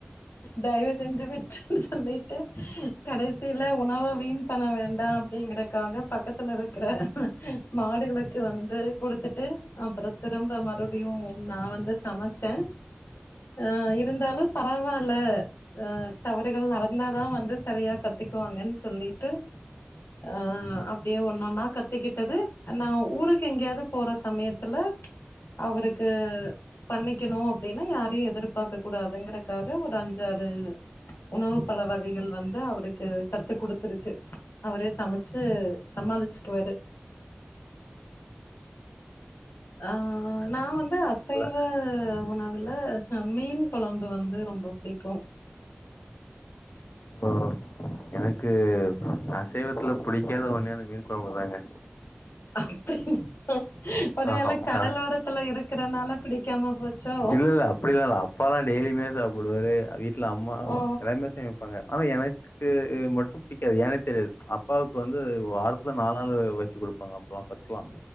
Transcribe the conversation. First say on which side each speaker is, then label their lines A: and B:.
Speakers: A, on the left; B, on the left.
A: தயவு செஞ்சு விட்ரு சொல்லிட்டு கடைசியில உணவ வீண் பண்ண வேண்டா அப்டிங்கறக்காக பக்கத்துல இருக்குற மாடுகளுக்கு வந்து குடுத்துட்டு அப்பற திரும்ப மறுபடியு நா வந்து சமச்சே ஆ இருந்தாலு பரவாயில்ல ஆ தவறுகள் நடந்தாதா வந்து சரியா கத்துக்குவாங்கன் சொல்லிட்டு ஆ அப்டியே ஒன்னொன்னா கத்துக்கிட்டது நா ஊருக்கு எங்கேயாவது போற சமயத்துல அவருக்கு பண்ணிக்கணு அப் டினா யாரயு எதிர்பாக்க கூடாதுங்குறக்காக ஒரு அஞ்சாறு உணவு பல வகைகள் வந்து அவருக்கு கத்து குடுத்துருக்கு அவரே சமச்சு சமாளிச்சுக்குவாரு ஆ நா வந்து அசைவ
B: இல்ல
A: உணவுல மீன் கொழம்பு வந்து ரொம்ப பிடிக்கு
B: ஓ எனக்கு அ சைவத்துல புடிக்காத ஒன்னே அந்த மீன் கொழம்புதாங்க
A: அப்டிங் ஒருவேள
B: ஆஹாம்ஹா
A: கடலோரத்துல இருக்கறனால பிடிக்காம போச்சோ
B: இல்ல இல்ல அப்டிலா இல்ல அப்பாலா டெய்லியுமே சாப்புடுவாரு வீட்ல அம்மா அ
A: ஓ
B: எல்லாமே செமைப்பாங்க ஆனா எனக்கு உ மட்டு பிடி காது ஏனே தெரியாது அப்பாவுக்கு வந்து வாரத்துல நாலு நாளு வெச்சு குடுப்பாங்க அப்பல்லா ஃபஸ்ட்லா